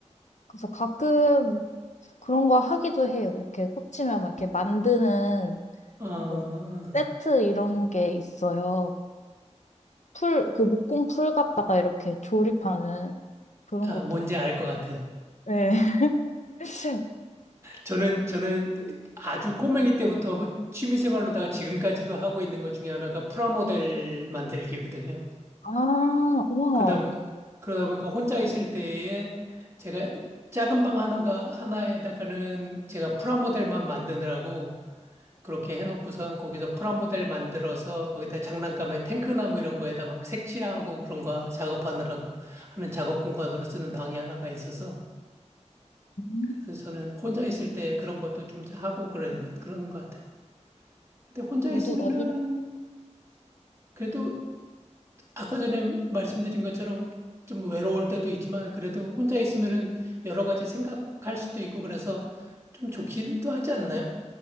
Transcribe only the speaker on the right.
아,
아,
뭔지 알 것 같아요.
저는, 저는 아주 꼬맹이 때부터 취미 생활로다가 지금까지도 하고 있는 것 중에 하나가 프라모델 만들기거든요.
그러다 보니, 그러다 보니까 혼자 있을 때에 제가 작은 방 하나가, 하나에다가는 제가 프라모델만 만드느라고 그렇게 해놓고선 거기서 프라모델 만들어서 거기다 장난감에 탱크나무 이런 거에다 막 색칠하고 그런 거 작업하느라고 하는 작업 공간으로 쓰는 방이 하나가 있어서
그래서 저는 혼자 있을 때 그런 것도 좀 하고 그래, 그러는 것 같아요. 근데 혼자
있으면은
그래도 아까 전에 말씀드린 것처럼 좀 외로울 때도 있지만 그래도 혼자 있으면은 여러 가지 생각할 수도 있고 그래서 좀 좋기도 하지 않나요?